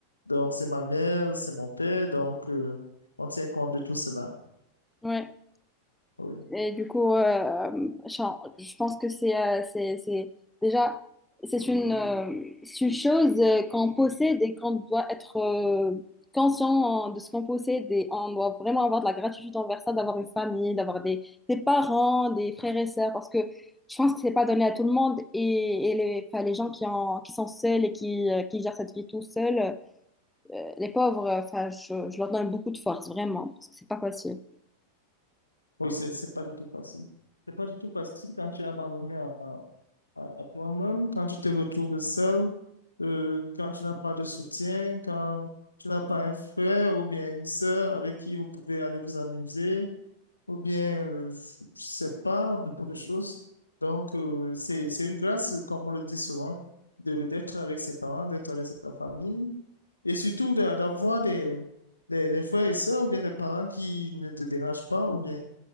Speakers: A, on the left (about 80°); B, in the centre.
A: donc c'est ma mère, c'est mon père, donc euh, on tient compte de tout cela.
B: Ouais.
A: Oui.
B: Et du coup, euh, genre, je pense que c'est euh, c'est, c'est- déjà c'est une, euh, c'est une chose euh, qu'on possède et qu'on doit être euh, conscient euh, de ce qu'on possède et on doit vraiment avoir de la gratitude envers ça, d'avoir une famille, d'avoir des, des parents, des frères et sœurs, parce que je pense que c'est pas donné à tout le monde et, et les, enfin, les gens qui, en- qui sont seuls et qui, euh, qui gèrent cette vie tout seuls, euh, les pauvres, euh, enfin, je, je leur donne beaucoup de force, vraiment, parce que c'est pas facile.
A: Oui, c'est c'est pas du tout facile. C'est pas du tout facile quand tu es abandonné en, en- à toi-même, quand tu te retrouves seul, euh, quand tu n'as pas de soutien, quand tu n'as pas un frère ou bien une sœur avec qui vous pouvez aller vous amuser, ou bien, euh, je sais pas, beaucoup de choses. Donc, euh, c'est, c'est une grâce, comme on le dit souvent, de, d'être avec ses parents, d'être avec sa famille, et surtout de- d'avoir des, des, des frères et sœurs ou bien des parents qui ne te dérangent pas, ou bien